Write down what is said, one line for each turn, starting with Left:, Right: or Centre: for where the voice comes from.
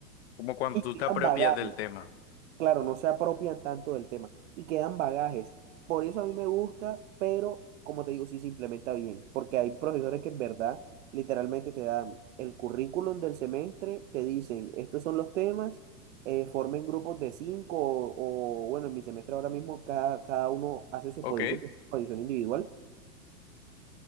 Left: como cuando
Right: y
Left: tú
Right: quedan
Left: te apropias
Right: bagajes
Left: del tema.
Right: claro, no se apropian tanto del tema y quedan bagajes. Por eso a mí me gusta, pero como te digo, sí se implementa bien, porque hay profesores que en verdad literalmente te dan el currículum del semestre, te dicen, estos son los temas, eh, formen grupos de cinco o, o, bueno, en mi semestre ahora mismo cada, cada uno hace su exposición,
Left: Ok.
Right: exposición individual